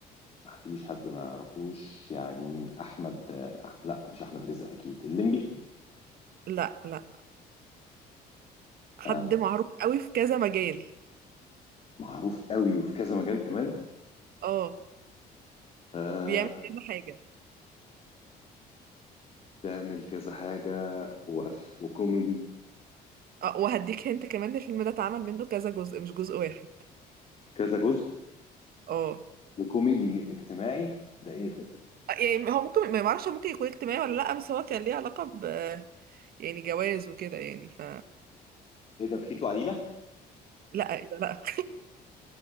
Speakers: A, on the left (about 35°); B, on the right (about 60°).
A: ما فيش حد ما يعرفوش يعني مين أحمد آه. أح- لا مش أحمد رزق أكيد الليمبي
B: لا لا حد
A: آه،
B: معروف قوي في كذا مجال
A: معروف قوي وفي كذا مجال كمان
B: اه
A: آه،
B: بيعمل كذا حاجة
A: بيعمل كذا حاجة وأف- وكوميدي
B: اه وهديك هنت كمان الفيلم ده اتعمل منه كذا جزء مش جزء واحد
A: كذا جزء
B: اه
A: وكوميدي اجتماعي ده ايه ده؟
B: يعني هو ممكن ما معرفش ممكن يكون اجتماعي ولا لا بس هو كان ليه علاقة ب يعني جواز وكده يعني ف
A: ايه ده بخيت وعديلة؟
B: لا إيه ده؟ لا